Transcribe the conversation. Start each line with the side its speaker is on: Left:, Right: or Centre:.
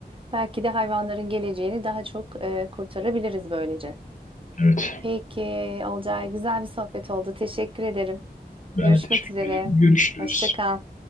Right: belki de hayvanların geleceğini daha çok e, kurtarabiliriz böylece.
Left: evet.
Right: Peki Olcay güzel bir sohbet oldu. Teşekkür ederim.
Left: Ben
Right: Görüşmek
Left: de teşekkür
Right: üzere.
Left: ederim. Görüşürüz.
Right: Hoşça kal.